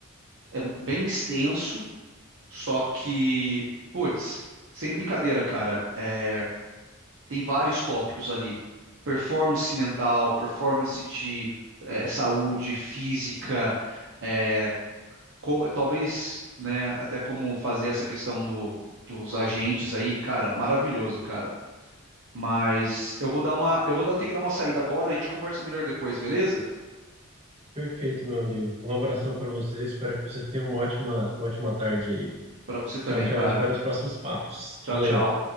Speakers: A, on the right; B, on the right.
A: é bem extenso, só que, putz, sem brincadeira, cara, é, tem vários tópicos ali. Performance mental, performance de é, saúde física, é, co- talvez, né, até como fazer essa questão do, dos agentes aí, cara, maravilhoso, cara. Mas eu vou dar uma, eu vou dar- ter que dar uma saída agora, a gente conversa melhor depois, beleza?
B: Perfeito, meu amigo. Um abração para você. Espero que você tenha uma ótima, uma ótima tarde aí.
A: Pra você também,
B: Tchau, tchau.
A: cara.
B: Espero os próximos papos.
A: Tchau,
B: Valeu.
A: tchau.